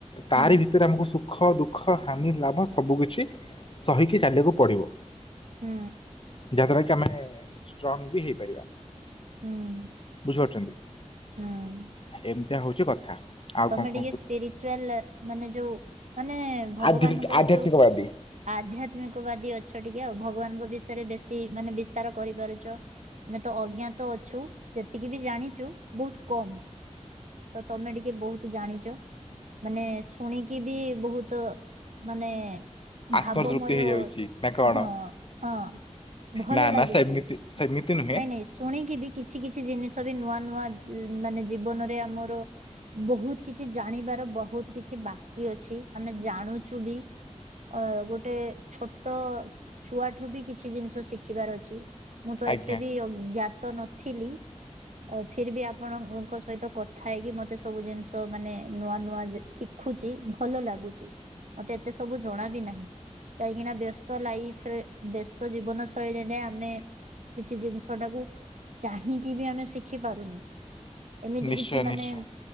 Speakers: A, on the left; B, on the right.
A: ତାରି
B: ହୁଁ
A: ଭିତରେ ଆମକୁ ସୁ ଖ ଦୁଃଖ ହାନି ଲାଭ ସବୁ କିଛି ସହିକି ଚାଲିବାକୁ ପଡିବ।
B: ହୁଁ।
A: ଯାହାଦ୍ଵାରା କି ଆମେ ଷ୍ଟ୍ରଙ୍ଗ ବି ହେଇପାରିବା,
B: ହୁଁ
A: ବୁଝିପାରୁଛନ୍ତି।
B: ହୁଁ।
A: ଏମିତିଆ ହଉଛି କଥା। ଆଉ
B: ତମେ
A: କଣ
B: ଟିକେ
A: କଣ କହୁଛନ୍ତି?
B: ସ୍ପିରିଚୁଆଲ ମାନେ ଯୋଉ ମାନେ ଭଗବାନଙ୍କର
A: ଆଧ୍ୟା ଆଧ୍ୟାତ୍ମିକବାଦୀ।
B: ଯୋଉ ଆଧ୍ୟାତ୍ମିକବାଦୀ ଅଛ ଟିକେ ଆଉ ଭଗବାନଙ୍କ ବିଷୟରେ ବେଶୀ ମାନେ ବିସ୍ତାର କରିପାରୁଛ। ଆମେ ତ ଅଜ୍ଞାତ ଅଛୁ ଯେତିକି ବି ଜାଣିଛୁ ବହୁତ କମ୍। ତ ତମେ ଟିକେ ବହୁତ ତ ଜାଣିଛ ମାନେ ଶୁଣିକି ବି ବହୁତ ମାନେ
A: ଆତ୍ମତୃପ୍ତି
B: ଭାବମୟ
A: ହେଇଯାଉଛି ନା କଣ
B: ହଁ ହଁ। ଭଲ
A: ନା
B: ଲାଗୁଛି
A: ନା ସେମିତି ସେମିତି ନୁହେଁ
B: ନାଇଁ ନାଇଁ ଶୁଣିକି ବି କିଛି କିଛି ଜିନିଷ ବି ନୂଆ ନୂଆ ମାନେ ଜୀବନରେ ଆମର ବହୁତ କିଛି ଜାଣିବାର ବହୁତ କିଛି ବାକି ଅଛି ଆମେ ଜାଣୁଛୁ ବି। ଅ ଗୋଟେ ଛୋଟ ଛୁଆଠୁ ବି କିଛି ଜିନିଷ ଶିଖିବାର ଅଛି। ମୁଁ ତ
A: ଆଜ୍ଞା।
B: ଏତେ ବି ଅଜ୍ଞା ତ ନଥିଲି ଫିର ବି ଆପଣଙ୍କ ସହିତ କଥା ହେଇକି ମତେ ସବୁ ଜିନିଷ ତ ମାନେ ନୂଆ ନୂଆ ଶିଖୁଛି ଭଲ ଲାଗୁଛି ମତେ ଏତେ ସବୁ ଜଣା ବିି ନାହିଁ। କାହିଁକିନା ବ୍ୟସ୍ତ ଲାଇଫରେ ବ୍ୟସ୍ତ ଜୀବନ ଶୈଳୀରେ ଆମେ କିଛି ଜିନିଷ ଟାକୁ ଚାହିଁକି ବି ଆମେ ଶିଖି ପାରୁନି। ଏମିତି
A: ନିଶ୍ଚୟ
B: କିଛି ମାନେ
A: ନିଶ୍ଚୟ